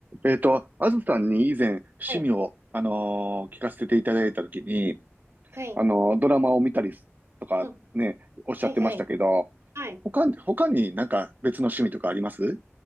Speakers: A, on the right (about 40°); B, on the right (about 70°).
A: えっと、あずさんに以前趣味を、
B: はい、
A: あのー聞かせていただいたときに、
B: はい、
A: あのードラマを見たりすとかね、
B: うん、
A: おっしゃってましたけど、
B: はい、はい。はい。
A: 他に、他になんか別の趣味とかあります